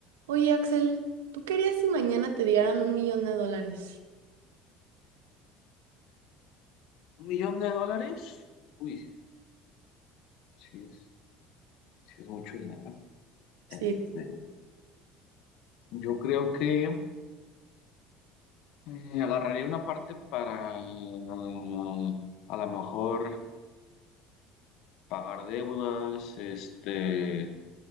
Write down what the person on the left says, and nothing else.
¿Un millón de dólares? Uy, sí es, sí es mucho dinero. Este,
yo creo que eh, agarraría una parte para mm, a lo mejor pagar deudas, este,